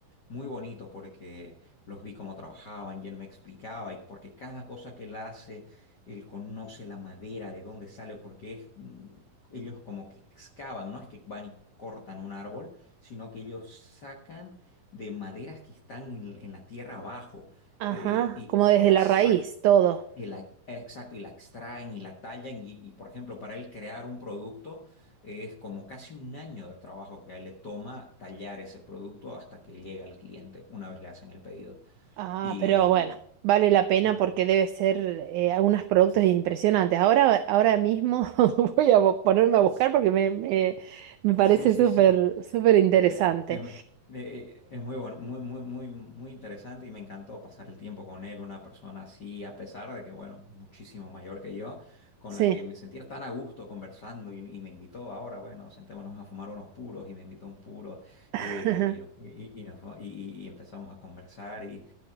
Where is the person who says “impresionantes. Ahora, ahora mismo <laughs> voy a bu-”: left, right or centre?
Right